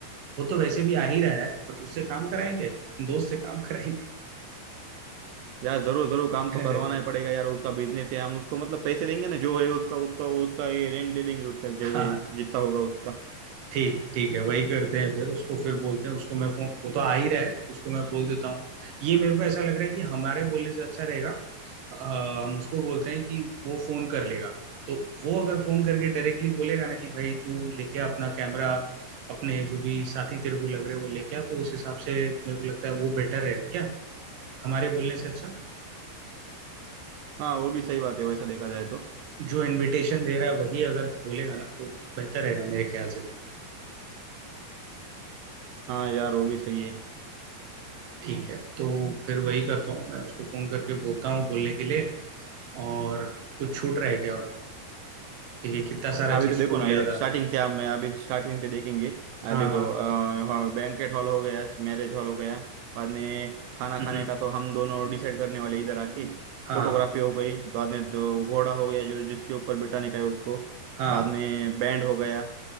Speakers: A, on the right; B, on the right.
A: वो तो वैसे भी आ ही रहा है पर उससे काम कराएंगे दोस्त से काम कराएंगे
B: यार जरूर जरूर काम
A: <laughs>
B: तो करवाना ही पड़ेगा यार उसका बिजनेस है हम उसको मतलब पैसे देंगे ना जो है उसका उसका उसका ये रेंट दे देंगे उसका
A: हाँ
B: जो है उत- जितना होगा उसका
A: ठीक ठीक है वही करते हैं फिर उसको फिर बोलते हैं उसको मैं फोन वो तो आ ही रहा है उसको मैं बोल देता हूँ ये मेरे को ऐसा लग रहा है कि हमारे बोलने से अच्छा रहेगा आ, हम उसको बोलते हैं कि वो फोन कर लेगा तो वो अगर फोन करके डायरेक्टली बोलेगा ना कि भाई तू लेके आ अपना कैमरा अपने जो भी साथी तेरे को लग रहे हैं वो लेके आ तो उस हिसाब से मेरे को लगता है वो बेटर रहेगा क्या हमारे बोलने से अच्छा
B: हाँ वो भी सही बात है वैसा देखा जाए तो
A: जो इनविटेशन दे रहा है वही अगर बोलेगा ना तो बेहतर रहेगा मेरे ख्याल से तो
B: हाँ यार वो भी सही है
A: ठीक है तो फिर वही करता हूँ मैं उसको फोन करके बोलता हूँ बोलने के लिए और कुछ छूट रहा है क्या और देखिए कितना सारा
B: अभी
A: चीज
B: तो देखो
A: छूट
B: ना
A: गया
B: ये देख
A: था
B: स्टार्टिंग से आप मैं अभी स्टार्टिंग से देखेंगे आ,
A: हाँ
B: देखो
A: हाँ
B: बैंकेट हॉल हो गया मैरिज हॉल हो गया बाद में खाना
A: हम्म
B: खाने का तो हम दोनों डिसाइड करने वाले इधर आके
A: हाँ
B: फोटोग्राफी हो गई बाद में तो घोड़ा हो गया जो जिसके ऊपर बिठाने का है उसको
A: हाँ
B: बाद में बैंड हो गया